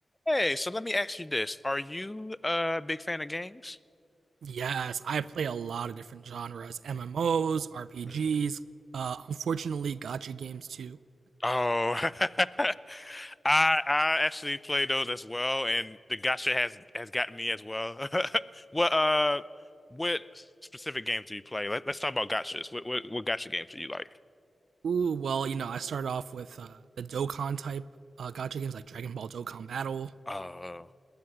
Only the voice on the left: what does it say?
Hey, so let me ask you this. Are you a big fan of games?
Mhm.
Oh, <laughs> I I actually play those as well, and the gacha has has gotten me as well. <laughs> What uh, what specific games do you play? Let, let's talk about gachas. What what what gacha games do you like?
Oh,